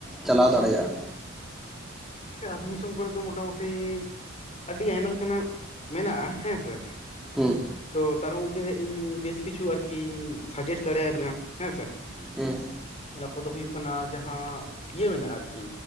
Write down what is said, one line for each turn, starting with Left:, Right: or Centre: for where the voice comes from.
Centre: ᱪᱟᱞᱟᱣ ᱫᱟᱲᱮᱭᱟᱜᱼᱟ?
Left: ᱦᱮᱸ ᱟᱹᱛᱩ ᱫᱤᱥᱚᱢ ᱠᱚᱨᱮᱫ ᱫᱚ ᱢᱚᱴᱟᱢᱩᱴᱤ ᱟᱹᱰᱤ ᱟᱭᱢᱟ ᱞᱮᱠᱟ ᱱᱟᱜ ᱢᱮᱱᱟᱜᱼᱟ᱿ ᱦᱮᱸ ᱥᱮ?
Centre: ᱦᱮᱸ᱾
Left: ᱛᱚ ᱛᱟᱨ ᱢᱚᱫᱽᱫᱷᱮᱨᱮ ᱤᱧ ᱵᱮᱥ ᱠᱤᱪᱷᱩ ᱟᱨᱠᱤᱧ ᱥᱟᱡᱮᱥᱴ ᱫᱟᱲᱮᱭᱟ ᱢᱮᱭᱟ, ᱦᱮᱸᱥᱮ?
Centre: ᱚᱸ
Left: ᱚᱱᱟ ᱠᱚᱫᱚ ᱦᱩᱭᱩᱜ ᱠᱟᱱᱟ ᱡᱟᱦᱟᱸ ᱤᱭᱟᱹ ᱢᱮᱱᱟᱜᱼᱟ, ᱟᱨᱠᱤ